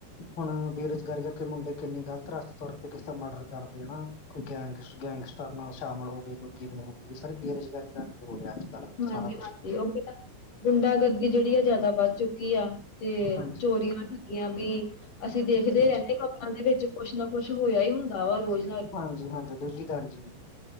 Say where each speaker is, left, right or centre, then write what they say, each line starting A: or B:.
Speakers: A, on the left (about 30°); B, on the left (about 50°).
A: ਹੁਣ ਬੇਰੁਜਗਾਰੀ ਕਾਰਕੇ ਮੁੰਡੇ ਕਿੰਨੇ ਗ਼ਲਤ ਰਾਸਤੇ ਤੁਰ ਪੇ, ਕਿਸੀ ਦਾ ਮਰਡਰ ਕਰਦੇਣਾ ਕੋਈ ਗੈਂਗਸ ਗੈਂਗਸਟਰ ਨਾਲ ਸ਼ਾਮਿਲ ਹੋ ਗਏ, ਕੋਈ ਕਿਵੇਂ ਹੋ ਗੇ, ਸਰ ਬੇਰੁਜ਼ਗਾਰੀ ਕਾਰਕੇ ਹੋ ਰੇਐ ਅੱਜ। ਕੱਲ੍ਹ ਸਾਰਾ
B: ਹਾਂਜੀ,
A: ਕੁਛ
B: ਹਾਂਜੀ ਓ <unintelligible> ਗੁੰਡਾ ਗਰਦੀ ਜੇੜੀ ਆ ਜਾਦਾ ਵਾੱਧ ਚੁੱਕੀ ਆ। ਤੇ
A: ਹਾਂਜੀ
B: ਚੋਰੀਆਂ-ਠੱਗੀਆਂ ਵੀ ਅਸੀ ਦੇਖਦੇ
A: ਹਾਂਜੀ
B: ਰੈਨੇ ਆਂ ਆਂਦੇ ਵਿੱਚ ਕੁੱਛ ਨਾ ਕੁੱਛ ਹੋਏਆ ਈ ਹੁੰਦਾ ਵਾ ਰੋਜ।
A: ਹਾਂਜੀ, ਹਾਂਜੀ ਡੇਲੀ ਦਰਜ ਨੇ।